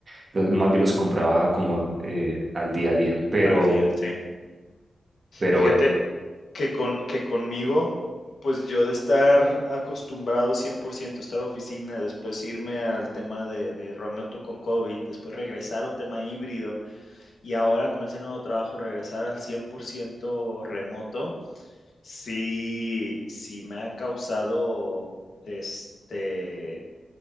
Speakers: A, on the right; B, on the left.
A: Entonces, más bien los compraba como eh, al día a día. Pero,
B: al día, sí.
A: pero
B: Fíjate
A: bueno,
B: que, con, que conmigo, pues yo de estar acostumbrado 100% a estar oficina, después irme al tema de, de remoto con COVID, después regresar a un tema híbrido y ahora con ese nuevo trabajo regresar al 100% remoto, sí, sí me ha causado este